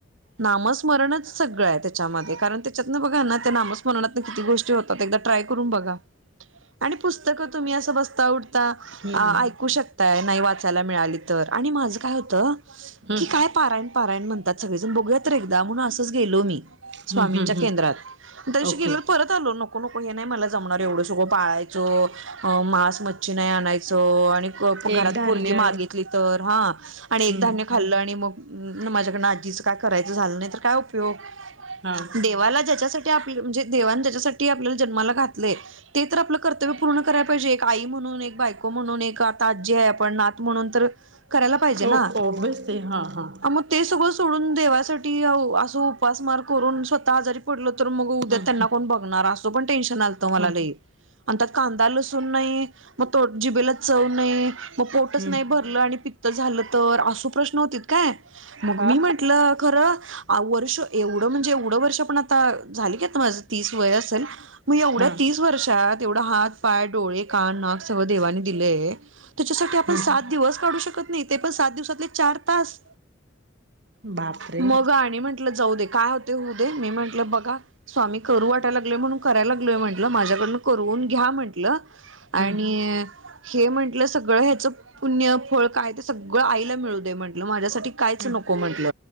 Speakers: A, on the right; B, on the right.
A: नामस्मरणच सगळं आहे त्याच्यामध्ये कारण त्याच्यात ना बघा ना त्या नामस्मरण म्हणाल्या तर किती गोष्टी होतात एकदा ट्राय करून बघा आणि पुस्तक तुम्ही असं बसून. उठता उठता
B: हम्म
A: ऐकू शकता नाही वाचायला मिळाली तर आणि माझ काय होत
B: हम्म.
A: की काय पारायण, पारायण म्हणतात सगळेजण बघूयात तरी एकदा म्हणून असंच गेलो मी स्वामींच्या
B: हम्म हम्म
A: केंद्रात
B: हम्म
A: तशी
B: ओके
A: गेलो परत आलो. नको नको हे नाही मला जमणार एवढं सगळं पाळायचं मास मच्छी नाही आणायच आणि
B: एक
A: घरात
B: धान्य
A: पोरगी मागितली तर हा आणि
B: हम्म
A: एक धान्य खाल्लं आणि मग माझ्याकडनं आजीचं काय करायचं झालं नाही तर काय उपयोग
B: हा
A: देवाला ज्याच्यासाठी म्हणजे दे ज्याच्यासाठी आपल्या जन्माला घातलेय ते तर आपलं कर्तव्य पूर्ण कराला पाहिजे एक आई म्हणून. म्हणून एक बायको म्हणून, एक आता आजी आहे आपण नात म्हणून तर करायला पाहिजे ना
B: ओ ओबसली हा हा
A: मग ते सगळं सोडून देवास साठी असं उपासमार करून स्वतः आजारी पडलो तर तर मग उद्या
B: हम्म
A: त्यांना कोण बघणार असं पण टेन्शन आलतं मलालई
B: हम्म
A: अन त्यात कांदा लसूण नाही. मग तो जिबेला चव नाही मग पोटच
B: हम्म हा हम्म
A: नाही भरलं आणि पित्त झालं. तर असो प्रश्न होत काय मग
B: हा
A: मी म्हंटलं खरं वर्ष. एवढं म्हणजे एवढं वर्ष पण आता झाली की माझ तीस वय असेल. मग एवढ्या
B: हा
A: तीस वर्षात एवढा हात, पाय, डोळे, कान, नाक सर्व देवानी दिलेय. त्याच्यासाठी आपण
B: हम्म
A: सात दिवस काढू शकत नाही ते पण सात दिवसातले चार तास.
B: बापरे
A: मग आणि म्हंटलं जाऊ दे काय होते होऊ दे मी म्हंटलं बघा. स्वामी करू वाटाय लागलेय म्हणून करायला लागलय म्हटलं माझ्याकडनं करून घ्या म्हंटलं. आणि.
B: हम्म
A: हे म्हटलं सगळं ह्याचं पुण्य फळ काय ते सगळं आईला मिळूदे म्हंटलं माझ्यासाठी कायच
B: हम्म
A: नको. हो म्हटल